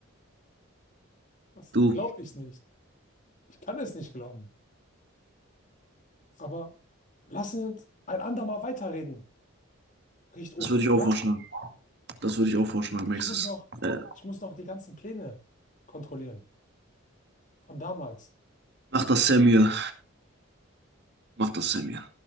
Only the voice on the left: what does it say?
Das
glaube ich nicht. Ich kann es nicht glauben. Aber lassen Sie uns ein andermal weiterreden. Richtofen,
ja?
Ich
muss noch,
ich muss noch die ganzen Pläne kontrollieren von damals.